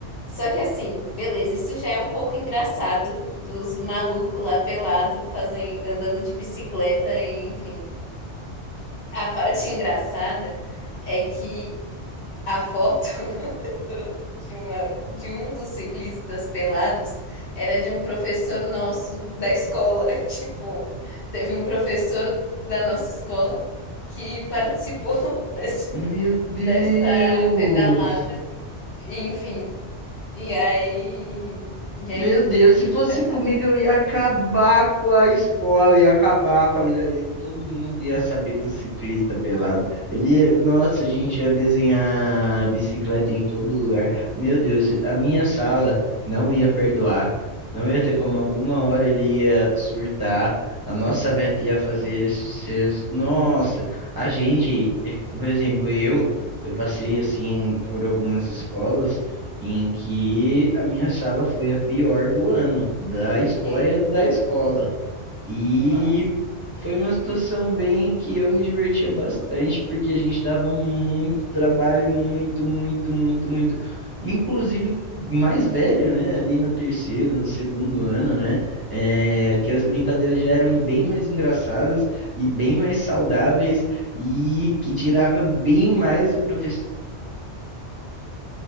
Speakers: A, on the left; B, on the right.
A: Só que assim, beleza, isso já é um pouco engraçado dos malucos lá pelado fazem, andando de bicicleta e enfim. A parte <laughs> engraçada é que a foto do- de uma, de um dos ciclistas pelados era de um professor nosso da escola. <laughs> Tipo, teve um professor da nossa escola que participou <laughs> dessa,
B: Meu Deus!
A: dessa pedalada. E, Enfim, e aí, e
B: Meu
A: aí, enfim,
B: Deus, se fosse
A: engraçado.
B: comigo, eu ia acabar com a escola, ia acabar com a vida dele. Todo mundo ia saber do ciclista pelado. Ele, ia- nossa, a gente ia desenhar bicicleta em todo lugar. Meu Deus, a minha sala não ia perdoar. Não ia ter como, alguma hora ele ia surtar. A nossa meta ia fazer ele ser. Nossa, a gente, eh, por exemplo, eu, eu passei assim por algumas escolas em que a minha sala foi a pior do ano, da história
A: E,
B: da escola. E
A: nossa,
B: foi uma situação bem que eu me divertia bastante, porque a gente dava muito trabalho, muito, muito, muito, muito. Inclusive mais velho, né? Ali no terceiro, no segundo ano, né? É, que as brincadeiras já eram bem mais engraçadas e bem mais saudáveis e que tirava bem mais o professor